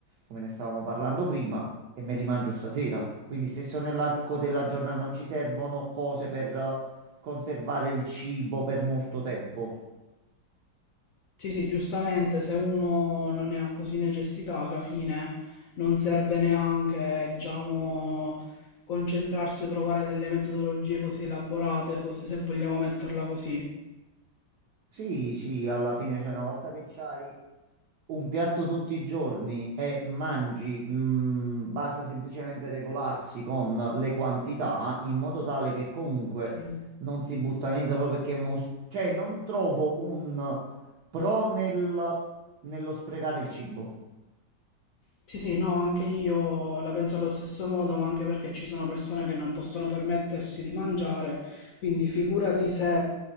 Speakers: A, on the right (about 65°); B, on the left (about 75°).
A: come ne stavamo parlando prima e me li mangio stasera. Quindi se sono nell'arco della giornata non ci servono cose per eh, conservare il cibo per molto tempo.
B: Sì, sì, giustamente, se uno non ne ha così necessità, alla fine non serve neanche, diciamo, concentrarsi o trovare delle metodologie così elaborate, così, se vogliamo metterla così.
A: Sì, sì, alla fine, cioè, una volta che c'hai un piatto tutti i giorni e mangi, mm, basta semplicemente regolarsi con le quantità in modo tale che comunque
B: Sì.
A: non si butta niente proprio perché è uno... s- Cioè, non trovo un pro nel, nello sprecare il cibo.
B: Sì, sì, no, anche io la penso allo stesso modo, ma anche perché ci sono persone che non possono permettersi di mangiare, quindi figurati se